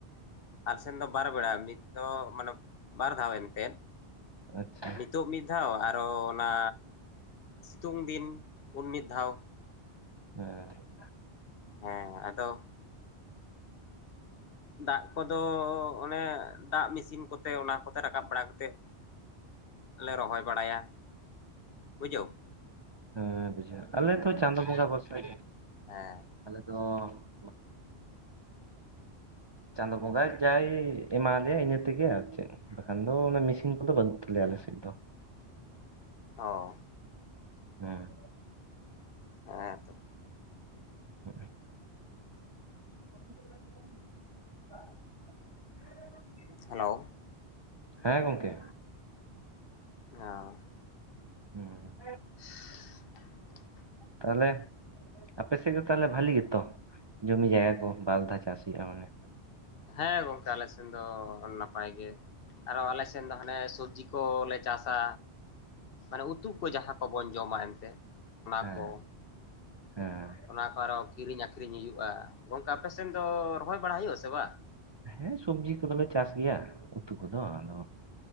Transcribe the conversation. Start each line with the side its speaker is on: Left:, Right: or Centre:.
Left: ᱟᱞ ᱥᱮᱱ ᱫᱚ ᱵᱟᱨ ᱵᱮᱲᱟ ᱢᱤᱫ ᱫᱚ ᱢᱟᱱᱮ ᱵᱟᱨ ᱫᱷᱟᱣ ᱮᱱᱛᱮᱫ
Right: ᱟᱪᱪᱷᱟ
Left: ᱱᱤᱛᱚᱜ ᱢᱤᱫ᱾ ᱢᱤᱫ ᱫᱷᱟᱣ ᱟᱨᱚ ᱚᱱᱟ ᱥᱤᱛᱩᱝ ᱫᱤᱱ ᱩᱱ ᱢᱤᱫ ᱫᱷᱟᱣ᱾
Right: ᱦᱮᱸ ᱾
Left: ᱦᱮᱸ ᱟᱫᱚ ᱾ ᱫᱟᱜ ᱠᱚᱫᱚ ᱚᱱᱮ ᱫᱟᱜ ᱢᱮᱥᱤᱱ ᱠᱚᱛᱮ ᱚᱱᱟ ᱠᱚᱛᱮ ᱨᱟᱠᱟᱵ ᱵᱟᱲᱟ ᱠᱟᱛᱮᱫ᱾ ᱞᱮ ᱨᱚᱦᱚᱭ ᱵᱟᱲᱟᱭᱟ ᱵᱩᱡᱷᱟᱹᱣ᱾
Right: ᱦᱮᱸᱵᱩᱡᱷᱟ. ᱣ ᱟᱪᱷᱟ ᱟᱞᱮ ᱫᱚᱚ ᱪᱟᱸᱫ ᱵᱚᱸᱜᱟ ᱵᱥᱟᱨ ᱜᱤ᱾
Left: ᱦᱮᱸ᱾
Right: ᱟᱞᱮ ᱫᱚᱚ ᱾ ᱪᱟᱸᱫ ᱵᱚᱸᱜᱟ ᱡᱟᱭ ᱮᱢᱟ ᱞᱮᱮᱭᱟ ᱤᱱᱟᱹ ᱛᱮᱜᱮ ᱟᱨ ᱪᱮᱫ᱾ ᱵᱟᱠᱷᱟᱱ ᱫᱚ ᱚᱱᱟ ᱢᱮᱥᱤᱱ ᱠᱚᱫᱚ ᱵᱟᱹᱱᱩᱜ ᱛᱟᱞᱮᱭᱟ ᱟᱞᱮᱥᱮᱫ ᱫᱚ᱾
Left: ᱚ᱾
Right: ᱦᱮᱸ᱾
Left: ᱦᱮᱸ ᱛᱚ᱾
Right: ᱦᱮᱸ᱾ <inaudible>
Left: ᱦᱮᱞᱳ᱾
Right: ᱦᱮᱸ ᱜᱚᱢᱠᱮ᱾
Left: <unintelligible>
Right: <unintelligible>
Left: <inaudible>
Right: ᱛᱟᱦᱚᱞᱮ ᱟᱯᱮᱥᱮᱫ ᱫᱚ ᱛᱟᱦᱚᱞᱮ ᱵᱷᱟᱞᱤ ᱜᱮᱛᱚ ᱡᱚᱢᱤ ᱡᱟᱭᱜᱟ ᱠᱚ, ᱵᱟᱨᱫᱷᱟᱣ ᱪᱟᱥ ᱦᱩᱭᱩᱜᱼᱟ ᱢᱟᱱᱮ᱾
Left: ᱦᱮᱸ ᱜᱚᱝᱠᱮ ᱟᱞᱮ ᱥᱮᱱ ᱫᱚ ᱱᱟᱯᱟᱭ ᱜᱮ, ᱟᱨᱚ ᱟᱞᱮ ᱥᱮᱱ ᱫᱚ ᱦᱟᱱᱮ ᱥᱚᱵᱡᱤ ᱠᱚ ᱞᱮ ᱪᱟᱥᱟ ᱢᱟᱱᱮ ᱩᱛᱩ ᱠᱚ ᱡᱟᱦᱟᱸ ᱠᱚᱵᱚᱱ ᱡᱚᱢᱟ ᱮᱱᱛᱮ ᱚᱱᱟ
Right: ᱟᱪᱪᱷᱟ
Left: ᱠᱚ᱾
Right: ᱦᱮᱸ
Left: ᱚᱱᱟ ᱠᱚ ᱟᱨᱚ ᱠᱤᱨᱤᱧ ᱟᱠᱷᱨᱤᱧ ᱦᱩᱭᱩᱜᱼᱟ᱾ ᱜᱚᱝᱠᱮ ᱟᱯᱮᱥᱮᱱ ᱫᱚ ᱨᱚᱦᱚᱭ ᱵᱟᱲᱟ ᱦᱩᱭᱩᱜ-ᱟ ᱥᱮ ᱵᱟᱝ?
Right: ᱦᱮᱸ ᱥᱚᱵᱽᱡᱤ ᱠᱚᱫᱚᱞᱮ ᱪᱟᱥ ᱜᱮᱭᱟ, ᱩᱛᱩ ᱠᱚᱫᱚ ᱟᱫᱚ